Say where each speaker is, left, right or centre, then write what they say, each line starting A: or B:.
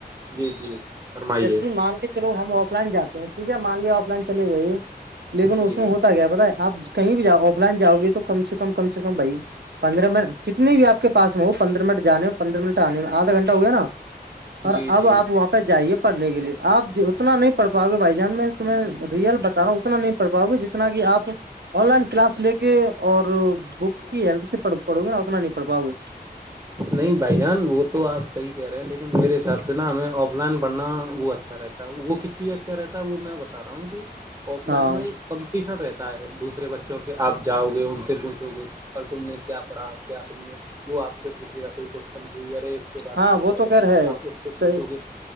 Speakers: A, on the right; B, on the right.
A: جی جی فرمائیے
B: جیسے مان کے چلو ہم آف لائن جاتے ہیں ٹھیک ہے مان ل آف لائن چلی گئی لیکن اس
A: جی
B: میں ہوتا کیایا پتا ہے آپ کہیں بھی ج آف لائن جاؤ گے تو کم سے کم کم سے کم بھائی پندرہ منٹ جت بھی آپ کے پس میں ہو پندرہ منٹ جانے پندر منٹ آھا گھنہ ہوئے نا اور
A: جی
B: اب
A: جی
B: آپ واںپس جائیے پڑھنے کے لیے آپ اتنا نہیں پڑھ پاؤ گے بھائی جان میں تو میں رئل بتا رہا ہوں اتنا نہیں پڑ پاؤ گی جتنا کہ آپ آن لائن کلاس لے کے اور بک کی ہیلپ سے پڑھو گے نہ اتنا نہیں پڑھ پاؤ گے
A: نہیں بھائی جان وہ تو آپ صحیح کہہ رہے ہیں لیکن میرے حساب سے نا ہمیں آ آف لائن پڑھنا وہ اچھا رہتا ہے وہ کتنی اچھا رہتا ہے وہ میں بتا رہا ہوں کہ آف لائن
B: ہاں
A: میں کمپٹیشن رہتا ہے دوسرے بچوں سے آپ جاؤ گے ان سے پوچھو گے کل تم نے کیا پڑھا کیا تم نے وہ آپ پوچھیے گا کوئی کوشچن کہ یارے اس کے بارے
B: ہاں
A: میں بتاؤ
B: وہ تو خیر ہے
A: آپ اسگے
B: صحیح